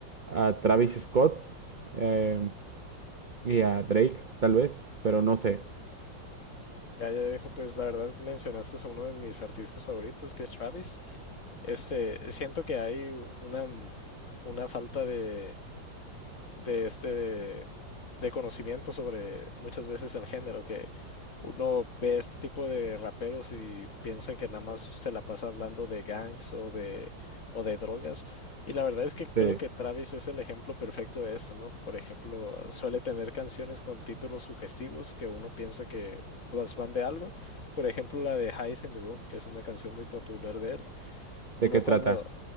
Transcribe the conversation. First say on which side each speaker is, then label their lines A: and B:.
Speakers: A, on the right; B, on the left.
A: a Travis Scott em, y a Drake, tal vez, pero no sé
B: Ya, ya dejo, pues la verdad mencionaste a uno de mis artistas favoritos, que es Travis. Este, siento que hay una, una falta de de este de conocimiento sobre muchas veces el género, que uno ve este tipo de raperos y piensa que nada más se la pasa hablando de gangs o de, o de drogas. Y la verdad es que
A: de,
B: creo que Travis es el ejemplo perfecto de esto, ¿no? Por ejemplo, suele tener canciones con títulos sugestivos que uno piensa que pues, van de algo. Por ejemplo, la de Highs in the Room, que es una canción muy popular de él. Uno
A: de qué trata
B: cuando,